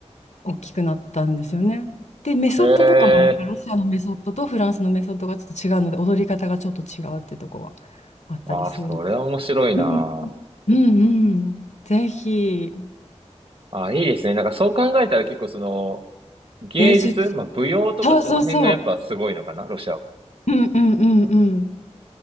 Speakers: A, on the left; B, on the right.
A: 大きくなったんですよね。で、メソッドとかもなんかロシアのメソッドとフランスのメソッドがちょっと違うので、
B: へえ。
A: 踊り方がちょっと違うってとこはあったりするんです
B: ああ、それは面白いな。
A: うんうんうん。ぜひ、
B: ああ、いいですね。なんかそう考えたら結構その、芸術、
A: 芸術。
B: まあ舞踊とかその辺がやっぱすごいのかなロシアは。
A: そうそうそう。うんうんうんうん。